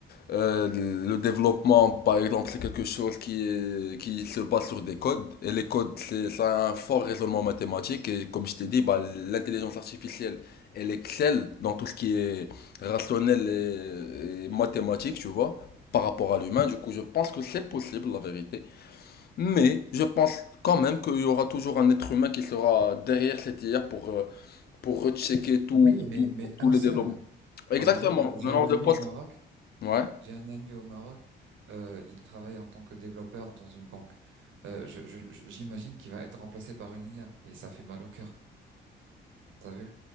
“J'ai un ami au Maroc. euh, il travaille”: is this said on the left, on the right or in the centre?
Right